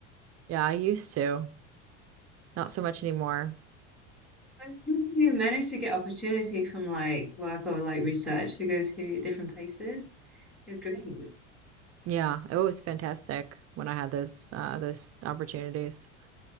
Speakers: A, on the right (about 40°); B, in the centre.
A: Yeah, I used to. Not so much anymore.
B: But it's good that you manage to get opportunity from like work or like research to go to different places. It's great.
A: Yeah, it was fantastic when I had those uh those opportunities.